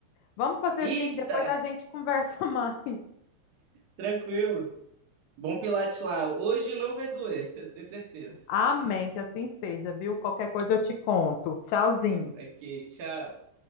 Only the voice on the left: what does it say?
Vamos fazer
assim, depois a gente conversa <laughs> mais.
Amém, que assim seja, viu? Qualquer coisa eu te conto. Tchauzinho.